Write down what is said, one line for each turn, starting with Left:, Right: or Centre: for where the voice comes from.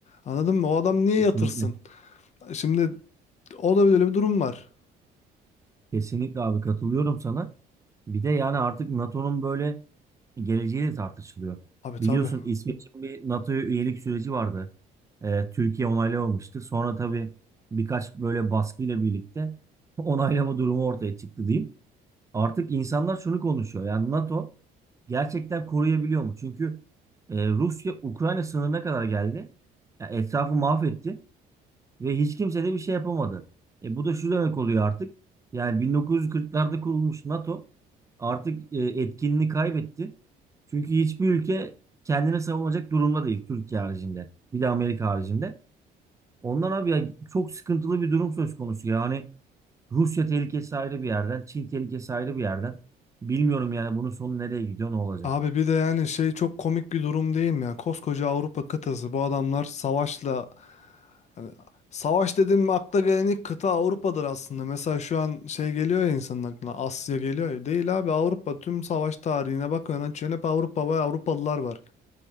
Left: Anladın mı? O adam niye
Right: kesinlikle.
Left: yatırsın? Şimdi o da böyle bir durum var.
Right: Kesinlikle abi katılıyorum sana. Bir de yani artık NATO'nun böyle geleceği de tartışılıyor.
Left: Abi tabii.
Right: Biliyorsun İsveç'in bir NATO'ya üyelik süreci vardı. Ee, Türkiye onaylamamıştı. Sonra tabii birkaç böyle baskıyla birlikte <laughs> onaylama durumu ortaya çıktı diyeyim. Artık insanlar şunu konuşuyor. Yani NATO gerçekten koruyabiliyor mu? Çünkü e, Rusya Ukrayna sınırına kadar geldi. Ya etrafı mahvetti. Ve hiç kimse de bir şey yapamadı. E, bu da şu demek oluyor artık. Yani 1940'larda kurulmuş NATO artık e, etkinliğini kaybetti. Çünkü hiçbir ülke kendine savunacak durumda değil Türkiye haricinde. Bir de Amerika haricinde. Ondan abi ya çok sıkıntılı bir durum söz konusu. Yani Rusya tehlikesi ayrı bir yerden, Çin tehlikesi ayrı bir yerden. Bilmiyorum yani bunun sonu nereye gidiyor, ne olacak?
Left: Abi bir de yani şey çok komik bir durum değil mi ya? Koskoca Avrupa kıtası bu adamlar savaşla hani savaş dedim mi akla gelen ilk kıta Avrupa'dır aslında. Mesela şu an şey geliyor ya insanın aklına Asya geliyor ya. Değil abi Avrupa tüm savaş tarihine bakıyorsun açıyorsun hep Avrupa ve Avrupalılar var.